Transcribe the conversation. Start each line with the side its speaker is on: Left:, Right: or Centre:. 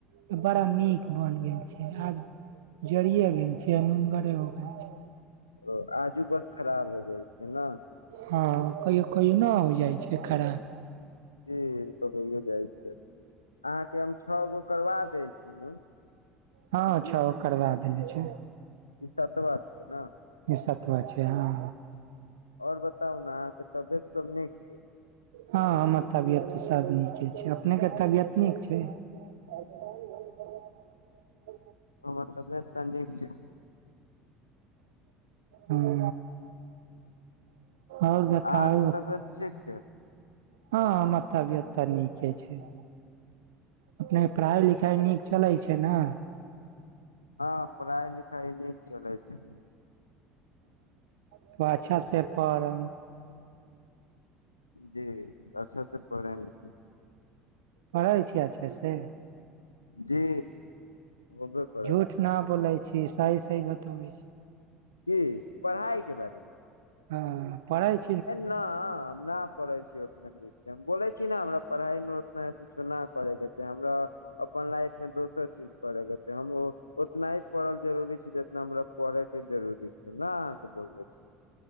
Right: तऽ बड़ा नीक बन गेल छै आज जड़िये गेल छै नुनगरे हो गेल छै
Left: ओ आजू बस खराब हो गेल छै न
Right: हँ कहियो कहियो न हो जाइ छै खराब
Left: जी ओ तऽ होइे जाइ छै अहाँके हम छ गो करबा दै छी न
Right: हँछगो करबा देल छै
Left: ईसतबा छै न
Right: ई सतवा छै हँ
Left: और बताउ न अहाँके तबियत सब नीक छै
Right: हँ हमर तबियत तऽ सब नीके छै अपने के तबियत नीक छै <inaudible>
Left: ओ तबियत तऽ नीक छै
Right: हू आओर बताउ
Left: अहाँके तबियत ठीक छै
Right: हँ हमर तबिय तऽ नीके छै अपने पढ़ाइ लिखाइ नीक चलै छै न
Left: हँ पढ़ाइ लिखाइ नीक चलै छै
Right: त अच्छा से पढ़म
Left: जी अच्छा से पढ़ेंगे
Right: पढ़ै छियै अच्छा से
Left: जी होबे करै
Right: झूठ
Left: छै
Right: न बोलै छी सही सही बतबै छी
Left: की पढ़ाई के बारेमे
Right: ह पढ़ैय छै
Left: ए ना हम ना पढ़ै छीयै ओतने ठीक हम बोलै छी ने हमरा पढ़ाई मे उतना कुछो नहि करे के छै हमरा अपन लाइफ मे दोसर चीज परयके छै हम ओतना ही पढ़ल जरूरी छै जितना हमरा पढ़े के जरूरी छै न अहाँ के बोलले छी